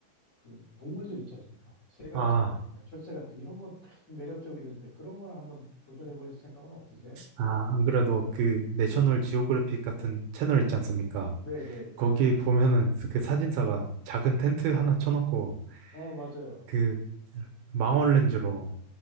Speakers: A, on the left; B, on the right.
A: 그 동물들 있지 않습니까? 새 같은
B: 아,
A: 거, 뭐 철새 같은 거 이런 거 좀 매력적이던데 그런 거를 한번 도전해 보실 생각은 없으세요?
B: 아, 안 그래도 그 내셔널 지오그래픽 같은 채널 있지 않습니까?
A: 네, 네, 네. 네.
B: 거기 보면은 그 사진사가 작은 텐트
A: 네.
B: 하나 쳐놓고,
A: 어, 맞아요.
B: 그 망원 렌즈로